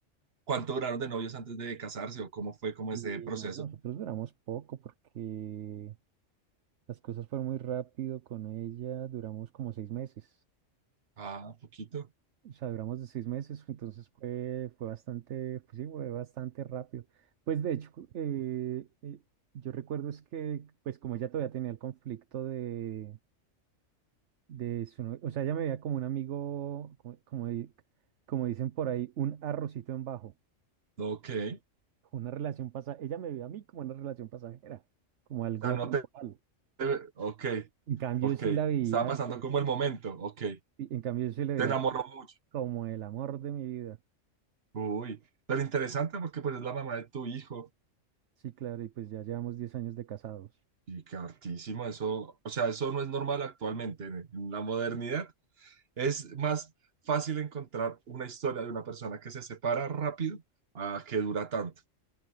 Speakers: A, on the right; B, on the right.
A: ¿Cuánto duraron de novios antes de casarse o cómo fue como
B: y
A: ese proceso?
B: no, nosotros duramos poco porque las cosas fueron muy rápido con ella, duramos como seis meses.
A: Ah, poquito.
B: O sea, duramos de seis meses, entonces fue, fue bastante, pues sí, fue bastante rápido. Pues de hecho, cu- eh, eh, yo recuerdo es que, pues como ella todavía tenía el conflicto de, de su novio, o sea, ella me veía como un amigo, como, como, di- como dicen por ahí, un arrocito en bajo,
A: Ok. O
B: una relación pasajera, ella me veía a mí como una relación pasajera, como algo
A: sea, no
B: temporal.
A: te... te- Ok,
B: En cambio,
A: ok.
B: sí la veía,
A: Estaba pasando
B: pues,
A: como el momento. Ok.
B: sí, en cambio, yo sí le
A: Te
B: veía
A: enamoró mucho.
B: como el amor de mi vida.
A: Uy, pero interesante porque pues es la mamá de tu hijo.
B: Sí, claro, y pues ya llevamos 10 años de casados.
A: Y que hartísimo eso. O sea, eso no es normal actualmente en en la modernidad. Es más fácil encontrar una historia de una persona que se separa rápido a que dura tanto.